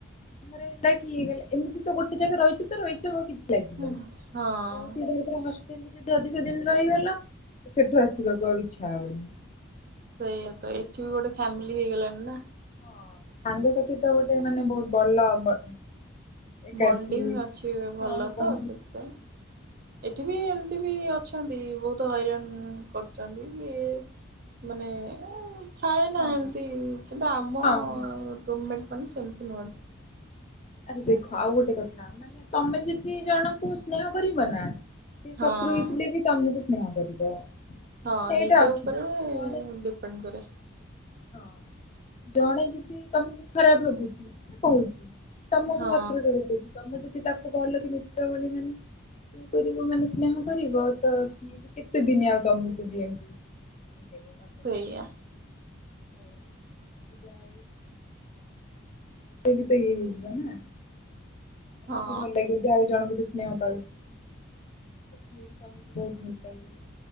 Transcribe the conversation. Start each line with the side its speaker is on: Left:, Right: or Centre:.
Left: ଘରେ ହେଲା କି ଇଏ ଗଲା ଏମିତି ତ ଗୋଟେ ଜାଗା ରହିଛି ତ ରହିଛି ହଁ କିଛି ଲାଗିବନି।
Right: ହୁଁ ହଁ
Left: କୋଉଠି ଧର ଥର ହଷ୍ଟେଲରେ ଯଦି ଅଧିକ ଦିନ ରହିଗଲ, ସେଠୁ ଆସିବାକୁ ଆଉ ଇଚ୍ଛା ହବନି।
Right: ସେଇଆତ, ଏଠି ବି ଗୋଟେ ଫ୍ୟାମିଲି ହେଇଗଲାଣି ନା।
Left: ହଁ, ସାଙ୍ଗସାଥି ତ ଗୋଟେ ମାନେ ବହୁତ ଭଲ ବ ଏକାଠି
Right: ବଣ୍ଡିଙ୍ଗ ଅଛି ଭଲ
Left: ହଁ ହଁ
Right: ତ ସେଥିପାଇଁ। ଏଠି ବି ଏମିତି ବି ଅଛନ୍ତି ବହୁତ ହଇରାଣ କରୁଛନ୍ତି ଇଏ ମାନେ ଥାଏ ନା
Left: ହଁ।
Right: ଏମତି କିନ୍ତୁ ଆମ
Left: ହଁ
Right: ରୁମ ମେଟ୍ ମାନେ ସେମିତି ନୁହନ୍ତି।
Left: ଦେଖ ଆଉ ଗୋଟେ କଥା ତମେ ଯଦି ଜଣଙ୍କୁ ସ୍ନେହ କରିବ ନା ଶତ୍ରୁ
Right: ହଁ
Left: ହେଇଥିଲେ ବି ତମକୁ ସ୍ନେହ କରିବ।
Right: ହଁ
Left: ମାନେ
Right: ନିଜ
Left: ଏଇଟା ଅଛି
Right: ଉପରେ
Left: ଜଣେ
Right: ଡିପେଣ୍ଡ କରେ।
Left: ହଁ ଜଣେ ଯଦି ତମକୁ ଖରାପ ଭାବୁଛି କହୁଛି ତମକୁ
Right: ହଁ
Left: ଶତ୍ରୁତା ଦେଖୋଉଛି ତମେ ଯଦି ତାକୁ ଭଲ କି ମିତ୍ର ବୋଲି ମାନ ଇଏ କରିବ ମାନେ ସ୍ନେହ କରିବ ତ ସିଏ ବି କେତେ ଦିନ ଆଉ ତମକୁ ବି ଏମିତି <inaudible>
Right: ସେଇଆ।
Left: ସିଏ ବି ତ ଇଏ ହେଇଥିଲା ନା। ତାକୁ
Right: ହଁ
Left: ବି ଭଲ ଲାଗିବି ଯେ ଆଉ ଜଣଙ୍କଠୁ ସ୍ନେହ ପାଉଛି। ସିଏ ବି ତମକୁ ବହୁତ ଭଲ ପାଇବ